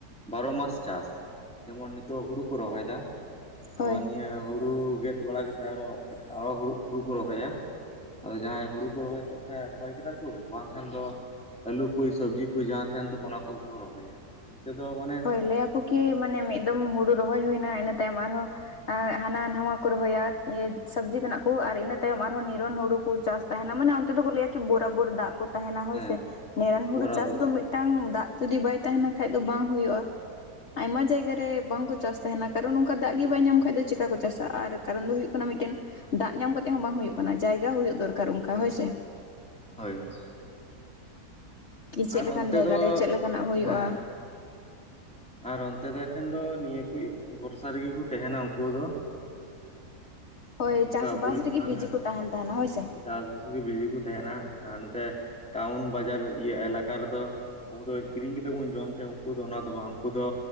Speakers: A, in the centre; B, on the left.
A: ᱵᱟᱨᱚ ᱢᱟᱥ ᱪᱟᱥ, ᱡᱮᱢᱚᱱ ᱱᱤᱛᱳᱜ ᱦᱩᱲᱩ ᱠᱚ ᱨᱚᱦᱚᱭᱫᱟ
B: ᱦᱳᱭ
A: ᱟᱵᱟᱨ ᱱᱤᱭᱟᱹ ᱦᱩᱲᱩ ᱜᱮᱫ ᱵᱟᱲᱟ ᱠᱟᱛᱮᱫ ᱟᱨᱦᱚᱸ ᱮᱢᱟᱜ ᱟᱨᱚ ᱦᱩᱲᱩ, ᱦᱩᱲᱩ ᱠᱚ ᱨᱚᱦᱚᱭᱟ᱾ ᱟᱫᱚ ᱡᱟᱦᱟᱸᱭ ᱦᱩᱲᱩ ᱠᱚ ᱨᱚᱦᱚᱭ ᱠᱮᱜ ᱠᱷᱟᱡ ᱨᱚᱦᱚᱭ ᱠᱮᱫᱟ ᱠᱚ ᱵᱟᱝᱠᱷᱟᱱ ᱫᱚ ᱟᱹᱞᱩ ᱠᱚ ᱥᱚᱵᱽᱡᱤ ᱠᱚ, ᱡᱟᱦᱟᱸ ᱛᱟᱸᱦᱮᱱ ᱛᱟᱠᱚᱣᱟ ᱚᱱᱟ ᱠᱚᱜᱮ ᱠᱚ ᱨᱚᱦᱚᱭᱟ᱾ ᱱᱤᱛᱳᱜ ᱫᱚ ᱢᱟᱱᱮ
B: ᱦᱳᱭ ᱞᱟᱹᱭᱟᱠᱚ ᱠᱤ ᱢᱟᱱᱮ ᱢᱤᱫ ᱫᱚᱢ ᱦᱩᱲᱩ ᱨᱚᱦᱚᱭ ᱦᱩᱭᱱᱟ ᱤᱱᱟᱹ ᱛᱟᱭᱚᱢ ᱟᱨᱦᱚᱸ ᱦᱟᱱᱟ ᱱᱟᱣᱟ ᱠᱚ ᱨᱚᱦᱚᱭᱟ, ᱤᱭᱟᱹ ᱥᱚᱵᱽᱡᱤ ᱛᱮᱱᱟᱜ ᱠᱚ ᱟᱨ ᱤᱱᱟᱹ ᱛᱟᱭᱚᱢ ᱟᱨᱦᱚᱸ ᱱᱤᱨᱚᱱ ᱦᱩᱲᱩ ᱠᱚ ᱪᱟᱥ ᱛᱟᱸᱦᱮᱱᱟ ᱢᱟᱱᱮ ᱚᱱᱛᱮ ᱫᱚ ᱠᱚ ᱞᱟᱹᱭᱟ ᱠᱤ ᱵᱳᱨᱟ ᱵᱳᱨ ᱫᱟᱜ ᱠᱚ ᱛᱟᱸᱦᱮᱱᱟ ᱦᱳᱭᱥᱮ᱾
A: ᱦᱮᱸ
B: ᱱᱤᱨᱚᱱ ᱦᱩᱲᱩ
A: ᱵᱚᱨᱟᱵᱚᱨ
B: ᱪᱟᱥ ᱫᱚ ᱢᱤᱫᱴᱟᱝ ᱫᱟᱜ ᱡᱩᱫᱤ ᱵᱟᱭ ᱛᱟᱸᱦᱮᱱᱟ ᱠᱷᱟᱡ ᱫᱚ ᱵᱟᱝ ᱦᱩᱭᱩᱜ ᱠᱚᱜ-ᱟ᱾ ᱟᱭᱢᱟ ᱡᱟᱭᱜᱟ ᱨᱮ ᱵᱟᱝᱠᱚ ᱪᱟᱥ ᱛᱟᱸᱦᱮᱱᱟ, ᱠᱟᱨᱚᱱ ᱚᱱᱠᱟ ᱫᱟᱜ ᱜᱮ ᱵᱟᱭ ᱧᱟᱢ ᱠᱷᱟᱡ ᱫᱚ ᱪᱤᱠᱟ ᱠᱚ ᱪᱟᱥᱟ, ᱟᱨ ᱠᱟᱨᱚᱱ ᱫᱚ ᱦᱩᱭᱩᱜ ᱠᱟᱱᱟ ᱢᱤᱫᱴᱮᱱ ᱫᱟᱜ ᱧᱟᱢ ᱠᱟᱛᱮᱜ ᱦᱚᱸ ᱵᱟᱝ ᱦᱩᱭᱩᱜ ᱠᱟᱱᱟ, ᱡᱟᱭᱜᱟ ᱦᱩᱭᱩᱜ ᱫᱚᱨᱠᱟᱨ ᱚᱝᱠᱟ ᱦᱳᱭ ᱥᱮ᱾
A: ᱦᱳᱭ᱾
B: <unintelligible> ᱪᱮᱫ
A: ᱟᱨ
B: ᱞᱮᱠᱟᱱ
A: ᱚᱱᱛᱮ
B: ᱡᱟᱭᱜᱟ
A: ᱫᱚ
B: ᱨᱮ ᱪᱮᱫ ᱞᱮᱠᱟᱱᱟᱜ ᱦᱳᱭᱳᱜ-ᱟ᱾
A: ᱦᱮᱸ ᱟᱨ ᱚᱱᱛᱮ ᱫᱚ ᱮᱠᱷᱮᱱ ᱫᱚ ᱱᱤᱭᱟᱹ ᱠᱩᱡ ᱵᱷᱚᱨᱥᱟ ᱨᱮ ᱜᱮ ᱠᱚ ᱛᱟᱦᱮᱱᱟ ᱩᱱᱠᱩ ᱫᱚ᱾
B: ᱦᱳᱭ
A: ᱚᱱᱠᱟ
B: ᱪᱟᱥ
A: ᱟᱵᱚ
B: ᱵᱟᱥ
A: ᱞᱮᱠᱟ
B: ᱨᱮ ᱜᱮ ᱵᱤᱡᱤ ᱠᱚ ᱛᱟᱦᱮᱱ ᱛᱟᱦᱮᱱᱟ ᱦᱳᱭ ᱥᱮ᱾
A: ᱪᱟᱥᱵᱟᱥ ᱜᱮ ᱵᱤᱡᱤ ᱠᱚ ᱛᱟᱦᱮᱱᱟ ᱟᱨ ᱱᱚ ᱛᱮ ᱴᱟᱣᱩᱱ ᱵᱟᱡᱟᱨ ᱤᱭᱟᱹ ᱮᱞᱟᱠᱟ ᱨᱮ ᱫᱚ ᱟᱵᱚ ᱫᱚ ᱠᱤᱨᱤᱧ ᱠᱟᱛᱮᱜ ᱵᱚᱱ ᱡᱚᱢ ᱛᱟᱦᱮᱸᱫ ᱩᱱᱠᱩ ᱫᱚ ᱚᱱᱟ ᱫᱚ ᱵᱟᱝ ᱩᱱᱠᱩ ᱫᱚ